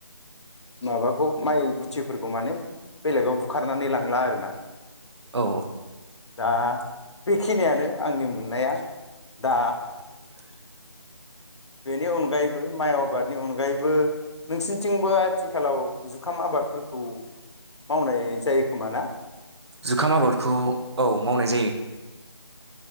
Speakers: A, on the left (about 70°); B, on the right (about 65°).
A: माबाखौ माइ गुथिफोरखौ माने बेलेगाव बुखारनानै लांला आरो ना
B: औ
A: दा बेखिनियानो आंनि मोननाया दा
B: <unintelligible>
A: बेनि अनगायैबो माइ आबादनि अनगायैबो नोंसिनिथिंबो आथिखालाव जुखाम आबादफोरखौ मावनाय जायो खोमा ना
B: जुखाम आबादखौ औ मावनाय जायो